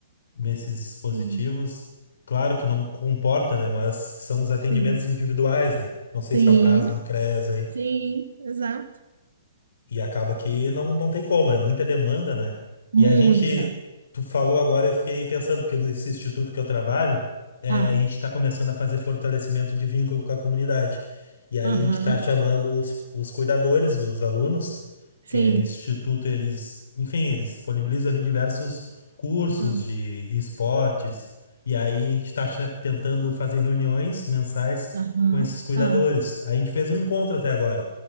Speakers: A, on the left; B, on the right.
A: nesses dispositivos,
B: Sim,
A: claro que não comporta, né? Mas são os atendimentos
B: sim,
A: individuais, né? Não sei
B: sim,
A: se é o caso no CREAS aí.
B: sim, exato.
A: E acaba que não, não tem como, é muita demanda, né? E
B: Muita.
A: a gente, tu falou agora, eu fiquei pensando, porque nesse instituto que eu trabalho, eh,
B: Ah,
A: a gente está começando a fazer fortalecimento de vínculo com a comunidade. E aí
B: aham,
A: a gente está chamando os, os cuidadores dos alunos
B: sim.
A: que é nesse instituto eles, enfim, eles disponibilizam ali diversos cursos
B: Ah,
A: de esportes, e aí a gente está tentando fazer reuniões mensais
B: aham,
A: com esses cuidadores.
B: ah,
A: A gente fez um encontro até agora.